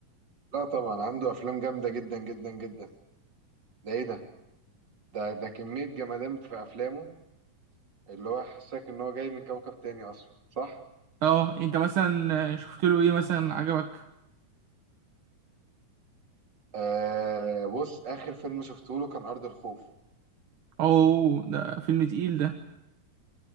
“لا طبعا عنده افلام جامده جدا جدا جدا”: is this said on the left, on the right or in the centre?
Right